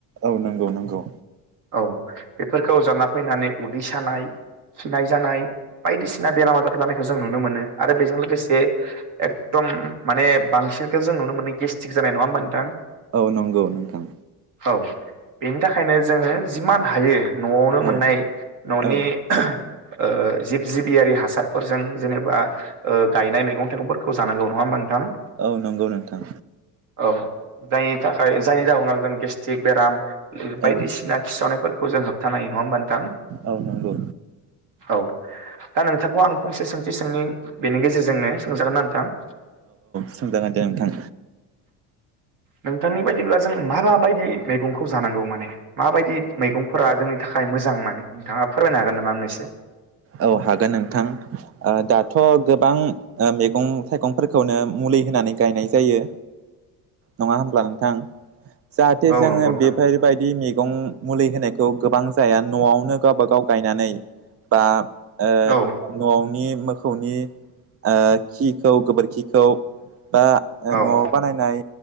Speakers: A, on the right; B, on the right.
A: औ नंगौ नंगौ।
B: औ बेफोरखौ जाना फैनानै उदै सानाय खिनाय जानाय बायदिसिना बेराम आजार जानायखौ जों नुनो मोनो आरो बेजों लोगोसे एकद माने बांसिनखौ जों नुनो मोनो गेस्टिक जानाय नङा होमबा नोंथां
A: औ नंगौ नोंथां
B: औ बेनि थाखायनो जोङो जिमान हायो न'आवनो
A: औ
B: मोननाय न'नि
A: औ
B: ओ जिब-जिबियारि हासारफोरजों जेनेबा ओ गायनाय मैगं-थाइगंफोरखौ जानांगौ नङा हा नोंथां?
A: औ नंगौ नों थां
B: औ जायनि थाखाय जायनि जाहनाव जों गेस्ट्रिक बेराम ओ बायदिसिना
A: औ
B: खिसावनायफोरखौ जों होबथानो हायो नङा होमबा नोंथां?
A: औ नांगौ
B: औ दा नोंथांखौ आं फंसे सोंथि सोंनि बेनि गेजेरजोंनो सोंजागोन आ थां
A: सोजागोन दे नोंथां
B: नोंथांनि बायदिब्ला जों माबायदि मैगंखौ जानांगौ माने माबायदि मैगंफोरा जोंनि थाखाय मोजां माने नोंथाङा फोरमायनो हागोन नामा आंनो एसे
A: औ हागोन नोंथां ओ दाथ' गोबां ओ मैगं-थाइगंफोरखौनो मुलि होनानै गायनाय जायो। नङा होमब्ला नोंथां जाहाथे
B: औ
A: जोङो
B: नंगौ नोंथां
A: बेफोरबायदि मैगं मुलि होनायखौ गोबां जाया न'आवनो गावबा गाव गायनानै बा ओ
B: औ
A: न'नि मोखौनि ओ खिखौ गोबोरखिखौ बा ओ
B: औ उम
A: न'आव बानायनाय